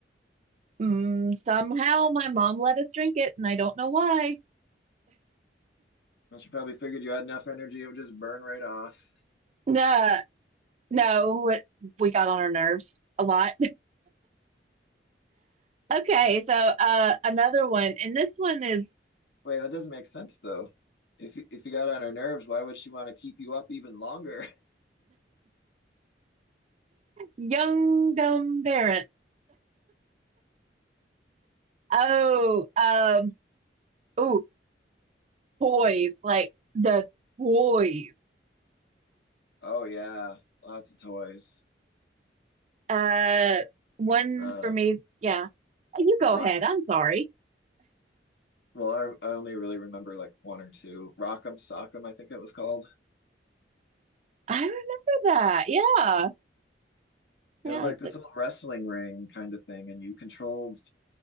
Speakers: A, on the right; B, on the left.
A: Mm, somehow my mom let us drink it, and I don't know why.
B: And she probably figured you had enough energy, it would just burn right off.
A: No, no, we we got on our nerves a lot. <laughs> Okay, so uh, another one, and this one is
B: Wait, that doesn't make sense though. If you, if you got on her nerves, why would she want to keep you up even longer? <laughs>
A: young dumb parent. Oh, um, oh, toys, like the toys.
B: Oh yeah, lots of toys.
A: Uh, one
B: Uh,
A: for me. Yeah, Uh, you go
B: Rock'em.
A: ahead. I'm sorry.
B: Well, I, I only really remember like one or two. Rock'em Sock'em, I think it was called.
A: I remember that. Yeah, yeah,
B: It was like this little wrestling ring kind of thing, and you controlled